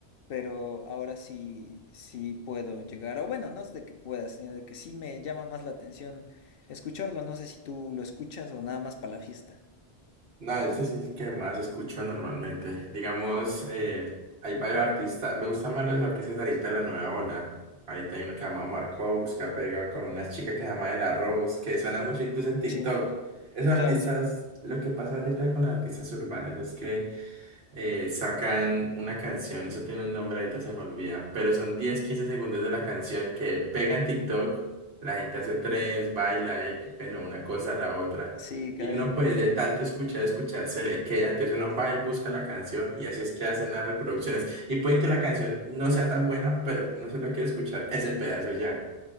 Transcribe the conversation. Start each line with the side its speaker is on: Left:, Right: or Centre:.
Left: pero ahora sí, sí puedo llegar, o bueno, no es de que pueda, sino de que sí me llama más la atención escucharlo. No sé si tú lo escuchas o nada más para la fiesta.
Right: No, eso sí es el que más escucho normalmente. Digamos, eh, hay varios artistas. Me gustan más los artistas ahorita de la nueva ola. Ahorita hay uno que se llama Omar Courtz, que ha pegado con una chica que se llama De La Rose, que suena mucho incluso en TikTok.
Left: Sí,
Right: Esos artistas,
Left: claro, sí.
Right: lo que pasa ahorita con los artistas urbanos es que eh, sacan una canción, eso tiene un nombre, ahorita se me olvida, pero son diez quince segundos de la canción que pega en TikTok, la gente hace trends, baila, eh, bueno, una cosa a la otra,
Left: Sí, claro.
Right: y uno pues de tanto escuchar, escuchar, se le queda, entonces uno va y busca la canción, y así es que hacen las reproducciones, y puede que la canción no sea tan buena, pero uno solo quiere escuchar ese pedazo ya.